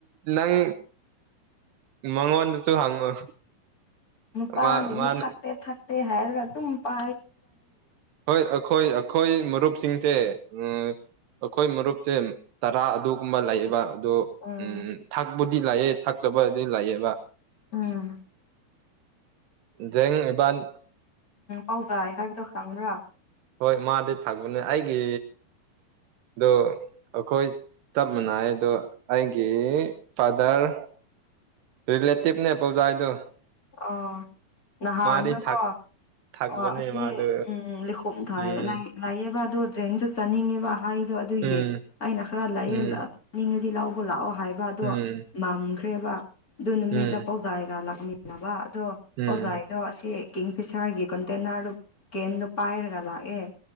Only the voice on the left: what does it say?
ꯅꯨꯄꯥ
ꯁꯤ
ꯊꯥꯛꯇꯦ ꯊꯥꯛꯇꯦ ꯍꯦꯔ ꯀ ꯇ ꯅꯨꯄꯥ
ꯎꯝ
ꯎꯝ
ꯑꯣꯧꯖꯥꯏ ꯍꯥꯏꯕꯗꯣ ꯈꯪꯕ꯭ꯔꯥ
ꯑꯣ ꯅꯍꯥ
ꯑꯟꯅꯀꯣ
ꯑꯣ ꯑꯁꯤ
ꯎꯝ ꯂꯩꯈꯣꯝ ꯊꯥꯏꯑ
ꯂꯥꯏꯌꯦꯕ ꯑꯗꯨ ꯇ꯭ꯔꯦꯡꯁꯨ ꯆꯥꯅꯤꯡꯉꯦꯕ ꯍꯥꯏꯗꯣ ꯑꯗꯨꯒꯤ
ꯑꯩꯅ ꯈꯔ ꯂꯩꯑ
ꯆꯥꯅꯤꯡꯉꯗꯤ ꯂꯧꯕ ꯂꯥꯛꯑꯣ ꯍꯥꯏꯕꯗꯣ
ꯃꯝꯈ꯭ꯔꯦꯕ ꯑꯗꯨ ꯅꯨꯃꯤꯠꯇ
ꯄꯥꯎꯖꯥꯏꯒ ꯂꯥꯛꯃꯤꯟꯅꯕ ꯑꯗꯣ
ꯑꯣꯖꯥꯗꯣ ꯑꯁꯤ ꯐꯤꯁꯥꯔꯒꯤ ꯀꯣꯟꯇꯦꯅꯔꯗꯨ ꯀꯦꯟꯗꯨ ꯄꯥꯏꯔꯒ ꯂꯥꯛꯑꯦ